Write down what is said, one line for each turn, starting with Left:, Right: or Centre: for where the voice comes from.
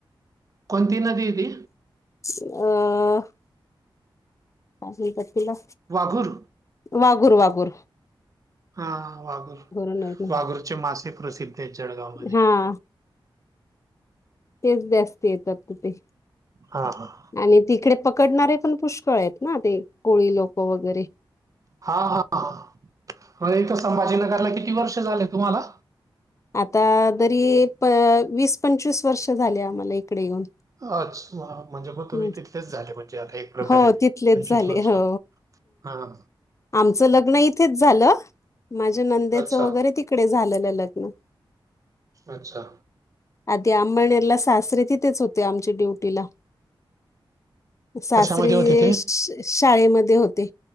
Right: कोणती नदी आहे ती.
Left: आ. आहे का तिपीला.
Right: वागुर.
Left: वागूर वागूर.
Right: हा वाघुर
Left: नाही नाही.
Right: वाघुरचे मासे प्रसिद्ध आहेत जळगाव मध्ये
Left: हा तेच जास्त येतात तिथे
Right: हा हा.
Left: आणि तिकडे पकडणारे पण पुष्कळ आहेत ना ते कोळी लोक वगैरे.
Right: हा हा इथे संभाजीनगरला किती वर्ष झाले तुम्हाला
Left: आता तरी वीस पंचवीस वर्ष झाले आम्हाला इकडे येऊन.
Right: अच्छा म्हणजे मग तुम्ही
Left: हं.
Right: तिथलेच झाले म्हणजे आता एक प्रकारे.
Left: हो तिथलेच
Right: पंचवीस
Left: झाले
Right: वर्ष
Left: हो.
Right: हां.
Left: आमचं लग्न इथेच झालं माझ्या नंदेचं
Right: अच्छा,
Left: वगैरे तिकडे झालेलं लग्न.
Right: अच्छा.
Left: आधी अंबळनेर सासरे तिथेच होते आमचे ड्युटीला. सासरे
Right: कशामध्ये होते ते?
Left: शाळेमध्ये होते